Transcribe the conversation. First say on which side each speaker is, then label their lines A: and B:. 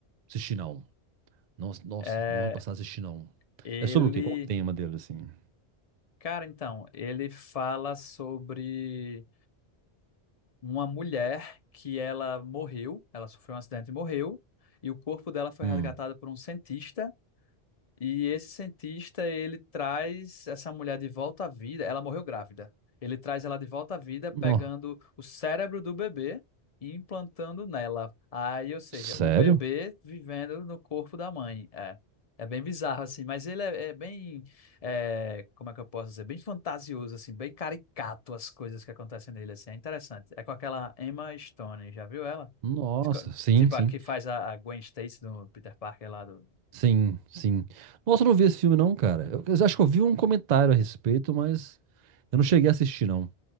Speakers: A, on the right; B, on the left.
A: assisti não. Nossa, nossa,
B: É,
A: no ano passado assisti não.
B: ele...
A: É sobre o quê? Qual o tema dele, assim?
B: Cara, então, ele fala sobre uma mulher que ela morreu, ela sofreu um acidente e morreu, e o corpo dela foi
A: Hum.
B: resgatado por um cientista. E esse cientista, ele traz essa mulher de volta à vida. Ela morreu grávida. Ele traz ela de volta à vida,
A: Nó.
B: pegando o cérebro do bebê e implantando nela. Aí, ou seja,
A: Sério?
B: o bebê vivendo no corpo da mãe. É, é bem bizarro, assim. Mas ele é, é bem, é, como é que eu posso dizer? Bem fantasioso, assim. Bem caricato as coisas que acontecem nele, assim. É interessante. É com aquela Emma Stone. Já viu ela?
A: Nossa, sim,
B: Tipo,
A: sim.
B: a que faz a a Gwen Stacy do Peter Parker lá do...
A: Sim, sim. Nossa, eu não vi esse filme, não, cara. Eu, eu acho que eu vi um comentário a respeito, mas eu não cheguei a assistir, não.